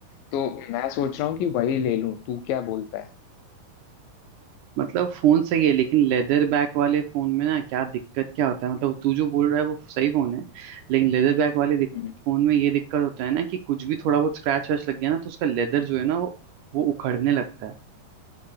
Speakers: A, on the left (about 85°); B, on the right (about 75°).
A: तो मैं सोच रहा हूँ कि वही ले लूं तू क्या बोलता
B: मतलब फोन सही है लेकिन लेदर बैक वाले फोन में ना क्या दिक्कत क्या होता है मतलब तू जो बोल रहा है वो सही फोन है लेकिन लेदर बैक वाले दिक,
A: है
B: फोन में ये दिक्कत होता है ना कि कुछ भी थोड़ा बहुत स्क्रैच वैच लग गया ना तो उसका लेदर जो है ना वो वो उखड़ने लगता है